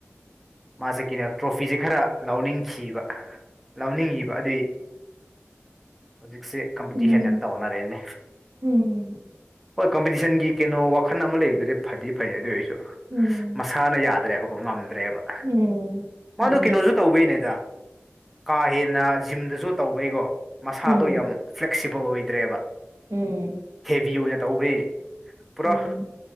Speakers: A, in the centre; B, on the right (about 80°).
A: ꯃꯥꯁꯦ ꯀꯩꯅꯣ ꯇ꯭ꯔꯣꯐꯤꯁꯦ ꯈꯔ ꯂꯧꯅꯤꯡꯈꯤꯕ ꯂꯧꯅꯤꯡꯉꯤꯕ ꯑꯗꯨꯏ ꯍꯧꯖꯤꯛꯁꯦ ꯀꯝꯄꯤꯇꯤꯁꯟ
B: ꯎꯝ
A: ꯌꯥꯝ ꯇꯧꯅꯔꯦꯅꯦ
B: ꯎꯝ
A: ꯍꯣꯏ ꯀꯝꯄꯤꯇꯤꯁꯟꯒꯤ ꯀꯩꯅꯣ ꯋꯥꯈꯟ ꯑꯃ ꯂꯩꯗꯨꯗꯤ ꯐꯗꯤ ꯐꯩ ꯑꯗꯨ ꯑꯣꯏꯁꯨ
B: ꯎꯝ
A: ꯃꯁꯥꯅ ꯌꯥꯗ꯭ꯔꯦꯕ ꯀꯣ ꯉꯝꯗ꯭ꯔꯦꯕ
B: ꯎꯝ
A: ꯃꯥꯗꯨ
B: ꯉꯝꯗ꯭ꯔꯦ
A: ꯀꯩꯅꯣꯁꯨ ꯇꯧꯕꯩꯅꯦꯗ ꯀꯥ ꯍꯦꯟꯅ ꯖꯤꯝꯗꯁꯨ ꯇꯧꯕꯩꯀꯣ ꯃꯁꯥꯗꯣ
B: ꯎꯝ
A: ꯌꯥꯝ ꯐ꯭ꯂꯦꯛꯁꯤ ꯑꯣꯏꯗ꯭ꯔꯦꯕ
B: ꯎꯝ
A: ꯕꯤ ꯑꯣꯏꯅ ꯇꯧꯕꯩ ꯄꯨꯔꯥ
B: ꯎꯝ